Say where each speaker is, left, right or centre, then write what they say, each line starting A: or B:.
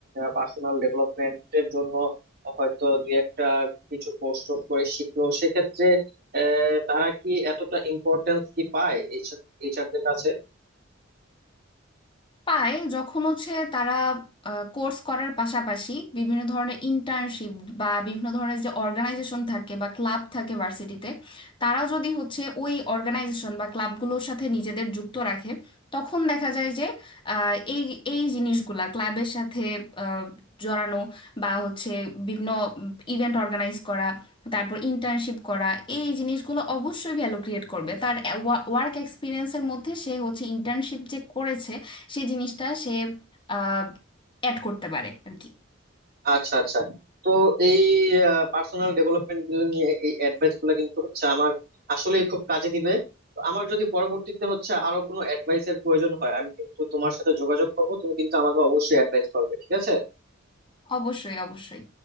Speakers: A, on the right (about 50°); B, on the left (about 25°).
A: পার্সোনাল ডেভেলপমেন্টের জন্য হয়তো দুই একটা কিছু কোর্স টোর্স করে শিখলো সেক্ষেত্রে আহ, তারা কি এতটা ইম্পর্টেন্স কি পায় এইচআর দের কাছে
B: পায় যখন হচ্ছে তারা কোর্স করার পাশাপাশি বিভিন্ন ধরনের ইন্টার্নশিপ বা বিভিন্ন ধরনের যে অর্গানাইজেশন থাকে বা ক্লাব থাকে ভার্সিটিতে তারা যদি হচ্ছে ওই অর্গানাইজেশন বা ক্লাবগুলোর সাথে নিজেদের যুক্ত রাখে তখন দেখা যায় যে আহ, এই এই জিনিসগুলা ক্লাবের সাথে আহ, জড়ানো বা হচ্ছে বিভিন্ন ইভেন্ট অর্গানাইজ করা তারপর ইন্টার্নশিপ করা এই জিনিসগুলো অবশ্যই ভ্যালু ক্রিয়েট করবে তার ওয়ার্ক এক্সপিরিয়েন্সের মধ্যে সে হচ্ছে ইন্টার্নশিপ যে করেছে সেই জিনিসটা সে আহ অ্যাড করতে পারে আর কি
A: আচ্ছা আচ্ছা তো এই পার্সোনাল ডেভেলপমেন্ট গুলো নিয়ে এই অ্যাডভাইস গুলো কিন্তু হচ্ছে আমার আসলেই খুব কাজে দিবে তো আমার যদি পরবর্তীতে হচ্ছে আরো কোনো অ্যাডভাইস এর প্রয়োজন হয় আমি কিন্তু তোমার সাথে যোগাযোগ করবো তুমি কিন্তু আমাকে অবশ্যই অ্যাডভাইস করবে ঠিক আছে
B: অবশ্যই অবশ্যই